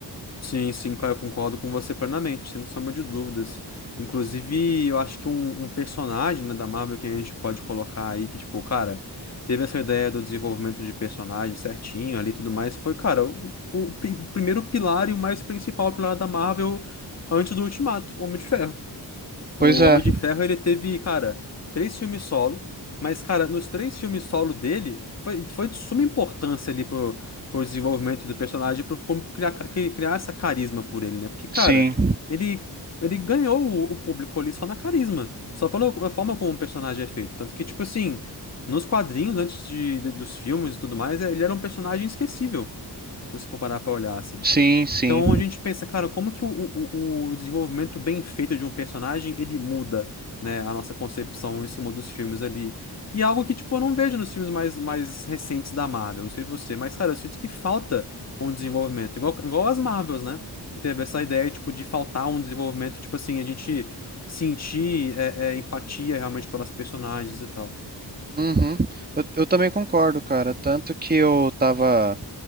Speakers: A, on the left; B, on the right.
A: Sim, sim, cara, eu concordo com você plenamente, sem sombra de dúvidas. Inclusive, eu acho que um, um personagem, né, da Marvel que a gente pode colocar aí, que, tipo, cara, teve essa ideia do desenvolvimento de personagem certinho ali e tudo mais, foi, cara, o, o pri- primeiro pilar e o mais principal pilar da Marvel antes do Ultimato, Homem de Ferro. O
B: Pois é,
A: Homem de Ferro, ele teve, cara, três filmes solo, mas, cara, nos três filmes solo dele, foi, foi de suma importância ali pro, pro desenvolvimento do personagem, pro público criar, ca- cri- criar essa carisma por ele, né? Porque, cara,
B: sim,
A: ele, ele ganhou o, o público ali só na carisma, só pela forma como o personagem é feito. Tanto que, tipo assim, nos quadrinhos, antes de, de- dos filmes e tudo mais, é, ele era um personagem esquecível, se você for parar pra olhar, assim.
B: sim, sim.
A: Então a gente pensa, cara, como que o, o, o desenvolvimento bem feito de um personagem, ele muda, né, a nossa concepção em cima dos filmes ali. E é algo que, tipo, eu não vejo nos filmes mais, mais recentes da Marvel, não sei você, mas, cara, eu sinto que falta um desenvolvimento, igual, igual as Marvels, né, que teve essa ideia, tipo, de faltar um desenvolvimento, tipo assim, a gente sentir é, é, empatia realmente pelas personagens e tal.
B: Uhum. Eu, eu também concordo, cara. Tanto que eu tava,